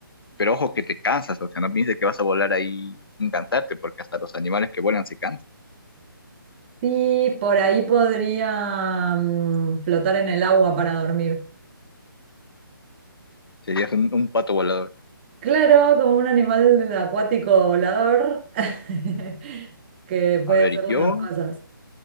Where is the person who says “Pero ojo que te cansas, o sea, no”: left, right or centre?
Left